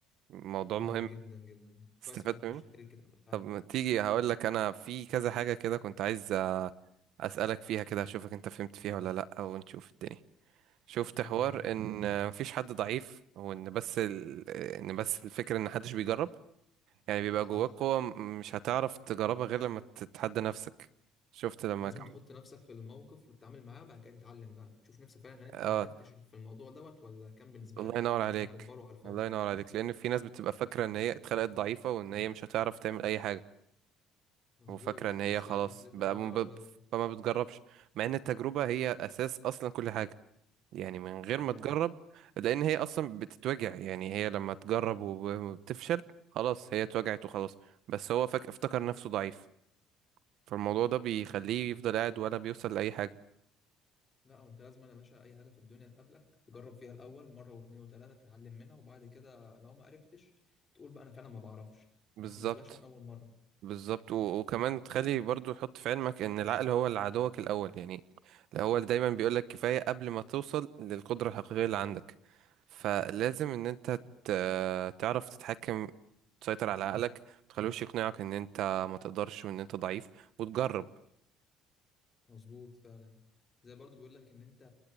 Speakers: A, on the right; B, on the left.
A: موضوع
B: آه
A: مهم
B: جدا جدا كويس
A: استفدت
B: إنك
A: منه
B: رشحت لي الكتاب ده فعلا
A: طب ما تيجي هقول لك انا في كذا حاجة كده كنت عايز آه، اسالك فيها كده اشوفك انت فهمت فيها ولا لا ونشوف الدنيا شفت
B: يلا
A: حوار
B: يا باشا
A: ان مفيش حد ضعيف وان بس ال... ان بس الفكرة ان محدش بيجرب يعني بيبقى
B: صح
A: جواك قوة م- مش هتعرف تجربها غير لما تتحدى نفسك شفت لما
B: لازم
A: كان
B: تحط نفسك في الموقف وتتعامل معاه بعد كده تتعلم بقى تشوف نفسك فعلا هل أنت
A: اه
B: ما عرفتش في الموضوع دوت ولا كان بالنسبة
A: الله
B: لك
A: ينور
B: أنت
A: عليك
B: مكبره على الفاضي
A: الله ينور عليك لأن في ناس بتبقى فاكرة إن هي اتخلقت ضعيفة وإن هي مش هتعرف تعمل أي حاجة
B: مظبوط
A: وفاكرة إن هي
B: بس
A: خلاص
B: بقى لازم
A: بقى
B: إنك
A: م-
B: تجرب
A: ب-
B: الأول
A: فما بتجربش مع إن التجربة هي أساس أصلا كل حاجة يعني من غير ما
B: اه
A: تجرب لأن هي أصلا بتتوجع يعني هي لما تجرب وبتفشل خلاص هي اتوجعت وخلاص بس هو فاكر افتكر نفسه ضعيف فالموضوع ده بيخليه يفضل قاعد ولا بيوصل لأي حاجة
B: لا وانت لازم انا باشا اي حاجه في الدنيا تقابلك تجرب فيها الاول مره واثنين وثلاثه تتعلم منها وبعد كده لو ما عرفتش تقول بقى انا فعلا ما بعرفش
A: بالظبط
B: بس ما تسيبهاش من اول مره
A: بالظبط و- وكمان تخلي برضو حط في علمك ان العقل هو اللي عدوك الاول يعني الاول دايما بيقولك كفاية قبل ما توصل للقدرة الحقيقية اللي عندك فلازم ان انت ت- تعرف تتحكم تسيطر على عقلك متخلوش يقنعك ان انت ما تقدرش وان انت ضعيف وتجرب
B: مظبوط فعلا زي برضو بيقول لك ان انت